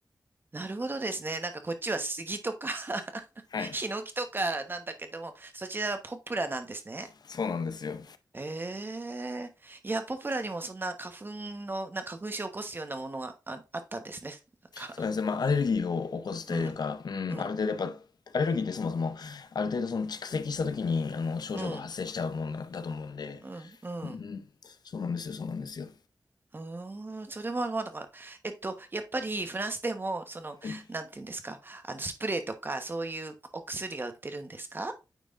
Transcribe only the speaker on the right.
なるほどですね。なんかこっちは杉とか <laughs>
ヒノキとかなんだけども、そちらはポプラなんですね。
ええいや、ポプラにもそんな花粉の、な花粉症を起こすようなものがあ、あったんですね。なんか、
うん、
うん、
うん、うん、うん。
うーん、それはまあだから、えっと、やっぱりフランスでも、その、
なんていうんですか、あの、スプレーとか、そういうお薬が売ってるんですか